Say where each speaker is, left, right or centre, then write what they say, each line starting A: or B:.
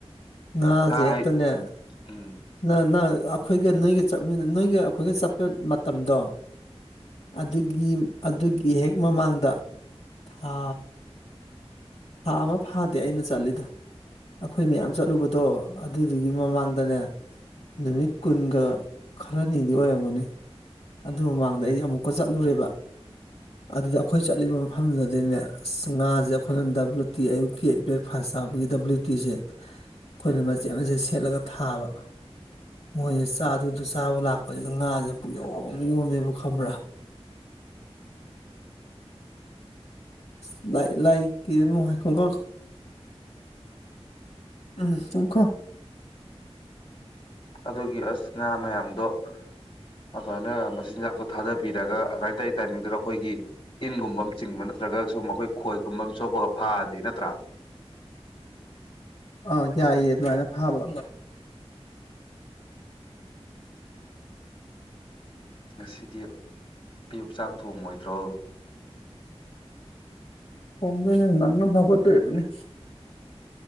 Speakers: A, on the left (about 70°); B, on the left (about 50°).
A: ꯉꯁꯦ
B: ꯉꯥ
A: ꯍꯛꯇꯅꯦ
B: ꯍꯥꯏ ꯎꯝ
A: ꯅ ꯅ ꯑꯩꯈꯣꯏꯒ ꯅꯣꯏꯒ ꯆꯠꯃꯤꯟꯅ ꯅꯣꯏꯒ ꯑꯩꯈꯣꯏꯒ ꯆꯠꯄ ꯃꯇꯝꯗꯣ ꯑꯗꯨꯒꯤ ꯑꯗꯨꯒꯤ ꯍꯦꯛ ꯃꯃꯥꯡꯗ ꯊꯥ ꯊꯥ ꯑꯃ ꯐꯥꯗꯦ ꯑꯩꯅ ꯆꯠꯂꯤꯗ ꯑꯩꯈꯣꯏ ꯃꯌꯥꯝ ꯆꯠꯂꯨꯕꯗꯣ ꯑꯗꯨꯗꯨꯒꯤ ꯃꯃꯥꯡꯗꯅꯦ ꯅꯨꯃꯤꯠ ꯀꯨꯟꯒ ꯈꯔ ꯅꯤꯡꯗꯤ ꯑꯣꯏꯔꯝꯒꯅꯤ ꯑꯗꯨ ꯃꯃꯥꯡꯗ ꯑꯩ ꯑꯃꯨꯛꯀ ꯆꯠꯂꯨꯔꯦꯕ ꯑꯗꯨꯗ ꯑꯩꯈꯣꯏ ꯆꯠꯂꯤꯕ ꯃꯐꯝꯗꯨꯗꯗꯤꯅꯦ ꯑꯁ ꯉꯥꯁꯦ ꯑꯩꯈꯣꯏꯅ ꯗꯕ꯭ꯂꯨ ꯇꯤ ꯑꯌꯨꯛꯀꯤ ꯕ꯭ꯔꯦꯛꯐꯥꯁ ꯆꯥꯕꯒꯤ ꯗꯕ꯭ꯂꯨ ꯇꯤꯁꯦ ꯑꯩꯈꯣꯏꯅ ꯃꯆꯦꯠ ꯃꯆꯦꯠ ꯁꯦꯠꯂꯒ ꯊꯥꯕ ꯃꯣꯏꯁ ꯆꯥ ꯑꯗꯨꯗꯨ ꯆꯥꯕ ꯂꯥꯛꯄꯁꯤꯗ ꯉꯥꯁꯦ ꯄꯨꯛꯌꯧ ꯣꯝꯃꯤꯣꯝꯃꯦꯕ ꯈꯕ꯭ꯔꯥ ꯂꯥꯏ ꯍꯥꯏ ꯈꯪ ꯎꯝꯣ
B: ꯑꯗꯨꯒꯤ ꯑꯁ ꯉꯥ ꯃꯌꯥꯝꯗꯣ ꯑꯗꯨꯃꯥꯏꯅ ꯃꯆꯤꯟꯖꯥꯛꯇꯣ ꯊꯥꯗꯕꯤꯔꯒ ꯑꯗꯨꯃꯥꯏꯅ ꯇꯧ ꯇꯥꯏꯃꯤꯡꯗꯨꯗ ꯑꯩꯈꯣꯏꯒꯤ ꯏꯟꯒꯨꯝꯕ ꯑꯃ ꯆꯤꯡꯕ ꯅꯠꯇ꯭ꯔꯒ ꯁꯨꯝ ꯑꯩꯈꯣꯏ ꯈꯣꯏꯒꯨꯝꯕ ꯑꯃ ꯁꯣꯄꯒ ꯐꯥꯔꯗꯤ ꯅꯠꯇ꯭ꯔꯥ
A: ꯑꯥ ꯌꯥꯏꯌꯦꯦ ꯑꯗꯨꯃꯥꯏꯅ ꯐꯥꯕ
B: ꯉꯁꯤꯗꯤ ꯑꯌꯨꯛ ꯆꯥꯛ ꯊꯣꯡꯉꯣꯏꯗ꯭ꯔꯣ
A: ꯍꯣꯡꯗꯅꯤ ꯅꯪꯅ ꯐꯕꯕꯅꯦ